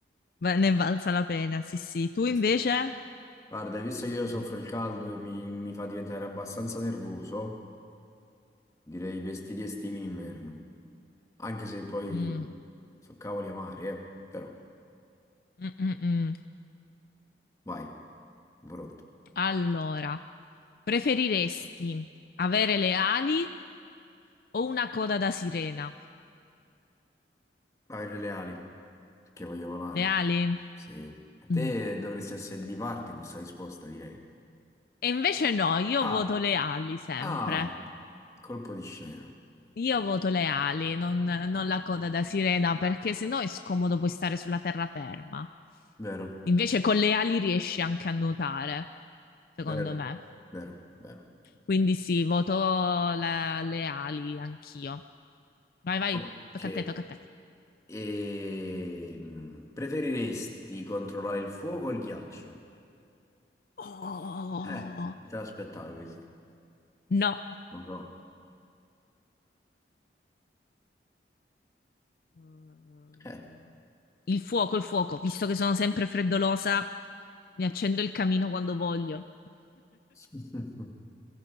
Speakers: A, on the left; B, on the left.
A: va- ne è valsa la pena, sì, sì. Tu
B: Questo.
A: invece?
B: Guarda, visto che io soffro il caldo e mi, mi fa diventare abbastanza nervoso, direi i vestiti estivi in inverno. Anche se poi
A: Mm,
B: so cavoli amari, eh. Però,
A: mm, mm, mm.
B: vai, pronto.
A: Allora, preferiresti avere le ali Ho una coda da sirena.
B: Avere le ali, perché voglio volare.
A: Le ali?
B: Sì. E te
A: Mm.
B: dovresti essere di parte in questa risposta, direi.
A: E invece no, io
B: Ah,
A: voto le ali sempre.
B: ah, colpo di scena.
A: Io voto le ali, non, non la coda da sirena, perché se no è scomodo poi stare sulla terraferma.
B: Vero,
A: Invece con le ali riesci anche a nuotare, secondo
B: vero,
A: me.
B: vero, vero.
A: Quindi sì, voto la- le ali anch'io. Vai, vai,
B: Ok,
A: tocca a te, tocca a te.
B: e mm, preferiresti controllare il fuoco o il ghiaccio?
A: Oh,
B: Eh, non te l'aspettavi questo,
A: no.
B: lo so.
A: Mm,
B: Eh.
A: Il fuoco, il fuoco, visto che sono sempre freddolosa, mi accendo il camino quando voglio.
B: <laughs>